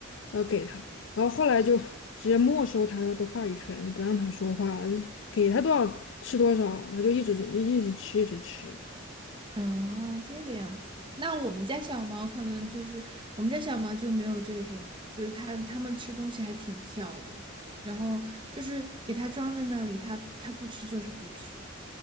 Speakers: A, on the left (about 60°); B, on the right (about 25°).
A: 然后给他，然后后来就 <laughs> 直接没收他的话语权，不让他说话，给他多少吃多少，他就一直一直吃，一直吃。
B: 嗯，这个样子。那我们家小猫可能就是我们家小猫就没有这种，就是它它们吃东西还挺挑的，然后就是给它装在那里，它它不吃就是不吃。